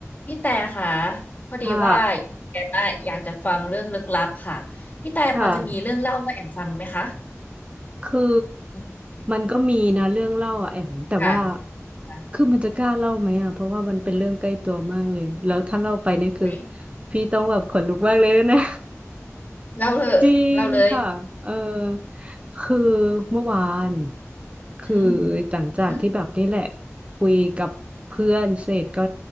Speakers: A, on the left; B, on the right.
A: พี่แต่ค่ะพอดีว่า
B: ค่ะ
A: แอมอะอยากจะฟังเรื่องลึกลับค่ะพี่แต่พอจะมีเรื่องเล่าว่าแอมฟังไหมคะ
B: ค่ะ คือ
A: อืม
B: มันก็มีนะเรื่องเล่าอะแอมแต่ว่า
A: ค่ะค่ะ
B: คือมันจะกล้าเล่าไหมอ่ะ เพราะว่ามันเป็นเรื่องใกล้ตัวมากเลย แล้วถ้าเล่าไปเนี่ยคือ
A: อุ๊ย
B: พี่ต้องแบบขนลุกมากเลยนะ
A: เล่าเลยเล่าเลย
B: จริงค่ะเออคือเมื่อวานคือ
A: อืม
B: หลังจากที่แบบนี่แหละ
A: อืม
B: คุยกับเพื่อนเสร็จก็